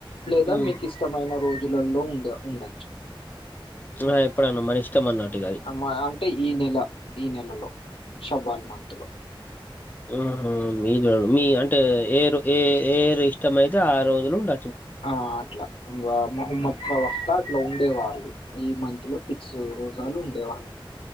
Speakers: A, on the left; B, on the left.
A: లేదా
B: ఉమ్
A: మీకు ఇష్టమైన రోజ్ ఊర్లలో ఉండ ఉండ
B: ఆ ఎప్పుడన్నా మన ఇష్టం అన్నటు ఇగ అది
A: అమ నెల ఈ నెలలో శవాల్ మంత్ లో
B: ఉ హుం మీద మీ అంటే ఏ ర ఏ ఏ ఇష్టం అయితే ఆ రోజులు ఉండ
A: ఆ అట్లా బాప్ మహమ్మద్ ప్రవక్త అట్లా ఉండే వాళ్ళు, ఈ మంత్ లో ఫిక్స్డ్ రోజాలు ఉండే వాళ్ళు.